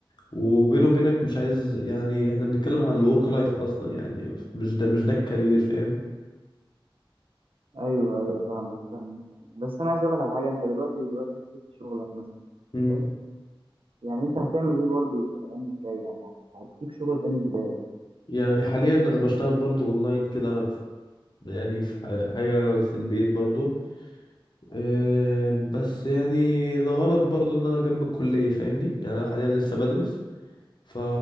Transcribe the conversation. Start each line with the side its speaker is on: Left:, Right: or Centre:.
Left: وبيني وبينك مش عايز يعني احنا بنتكلم على الورك لايف اصلا يعني مش ده مش ده الكارير فاهم
Right: ايوه ايوه فاهمك فاهمك يعني. بس انا عايز اقول لك على حاجه انت دلوقتي دلوقتي انت سبت شغلك مثلا
Left: امم
Right: حلو يعني انت هتعمل ايه برضه في الايام الجايه يعني هت- هتجيب شغل تاني ازاي
Left: يعني حاليا انا بشتغل برضه اونلاين كده في- يعني في ح- حاجة في البيت برضه أه بس يعني لغرض برضه ان انا جنب الكلية فاهمني يعني انا حاليا لسه بدرس فا